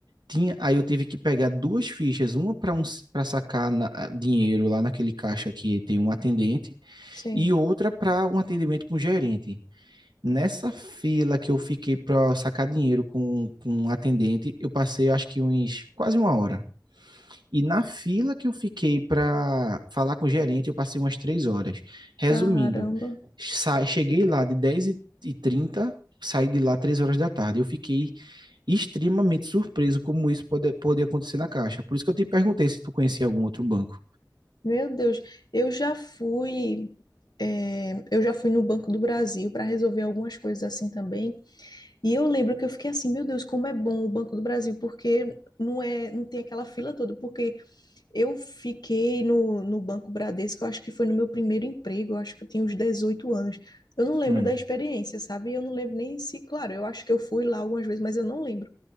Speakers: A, on the right (about 85°); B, on the left (about 70°).
A: tinha, aí eu tive que pegar duas fichas, uma para um, para sacar na- dinheiro lá naquele caixa que tem um atendente
B: Sim.
A: e outra para um atendimento com o gerente. Nessa fila que eu fiquei para sacar dinheiro com, com um atendente, eu passei acho que uns quase uma hora. E na fila que eu fiquei para falar com o gerente, eu passei umas três horas. Resumindo,
B: Caramba.
A: sa- cheguei lá de dez e trinta, saí de lá três horas da tarde. Eu fiquei extremamente surpreso como isso pode, pode acontecer na Caixa. Por isso que eu te perguntei se tu conhecia algum outro banco.
B: Meu Deus, eu já fui, eh, eu já fui no Banco do Brasil para resolver algumas coisas assim também. E eu lembro que eu fiquei assim, meu Deus, como é bom o Banco do Brasil, porque não é, não tem aquela fila toda. Porque eu fiquei no, no Banco Bradesco, eu acho que foi no meu primeiro emprego, eu acho que eu tinha uns 18 anos. Eu não lembro
A: Hum,
B: da experiência, sabe? Eu não lembro nem se, claro, eu acho que eu fui lá algumas vezes, mas eu não lembro.